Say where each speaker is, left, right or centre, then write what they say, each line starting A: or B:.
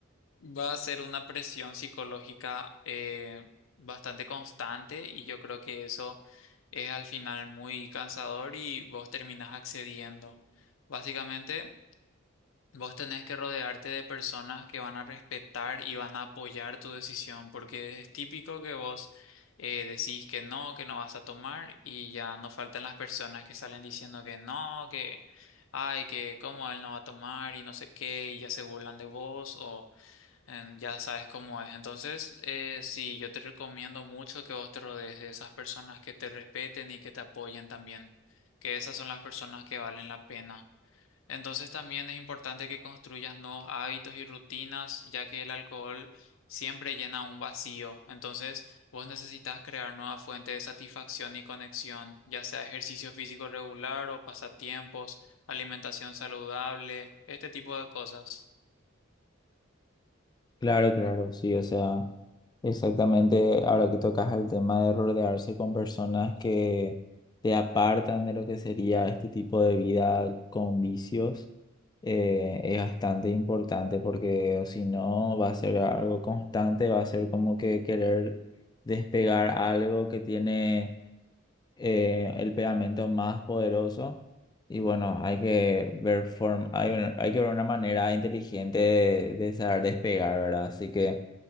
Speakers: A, on the left; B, on the left.
A: va a ser una presión psicológica eh, bastante constante y yo creo que eso es al final muy cansador y vos terminás accediendo. Básicamente, Vos tenés que rodearte de personas que van a respetar y van a apoyar tu decisión, porque es típico que vos eh, decís que no, que no vas a tomar y ya no faltan las personas que salen diciendo que no, que, ay, que cómo él no va a tomar y no sé qué, y ya se burlan de vos o em, ya sabes cómo es. Entonces, eh, sí, yo te recomiendo mucho que vos te rodees de esas personas que te respeten y que te apoyen también, que esas son las personas que valen la pena. Entonces también es importante que construyas nuevos hábitos y rutinas, ya que el alcohol siempre llena un vacío. Entonces vos necesitas crear nueva fuente de satisfacción y conexión, ya sea ejercicio físico regular o pasatiempos, alimentación saludable, este tipo de cosas.
B: Claro, claro, sí, o sea, exactamente ahora que tocas el tema de rodearse con personas que te apartan de lo que sería este tipo de vida con vicios, eh, es bastante importante porque o si no va a ser algo constante, va a ser como que querer despegar algo que tiene eh, el pegamento más poderoso. Y bueno, hay que ver form- hay, una- hay que ver una manera inteligente de, de saber despegar, ¿verdad? Así que